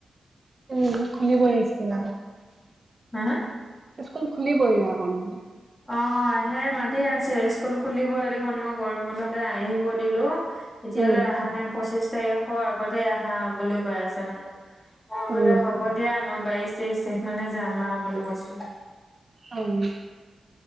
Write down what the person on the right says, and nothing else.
উম' খুলিবই স্কুল,
স্কুল খুলিবই আকৌ নহলে।
উম,
উম,
অঁ'